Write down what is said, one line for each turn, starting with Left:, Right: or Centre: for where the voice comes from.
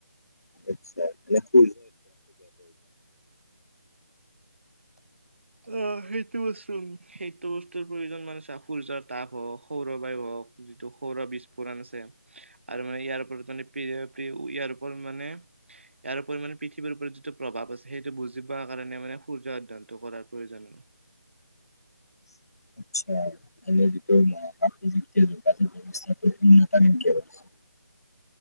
Left: আচ্ছা <unintelligible>
Right: অ সেইটো বস্তু সেইটো বস্তুৰ প্ৰয়োজন মানে চা সূৰ্যৰ তাপ হওক সৌৰ বায়ু হওক যিটো সৌৰ বিস্ফোৰণ আছে আৰু মানে ইয়াৰ ওপৰত মানে প্ৰি প্ৰি ইয়াৰ ওপৰত মানে ইয়াৰ উপৰি মানে পৃথিৱীৰ প্ৰতিটো প্ৰভাৱ আছে সেইটো বুজি পোৱা কাৰণে মানে সূৰ্য অধ্যয়নটো কৰাৰ প্ৰয়োজন।
Left: আচ্ছা। মানে যিটো মহাকাশটো যেতিয়া যোগাযোগ ব্যৱস্থাটো উন্নত কেনেকে কৰিছিল?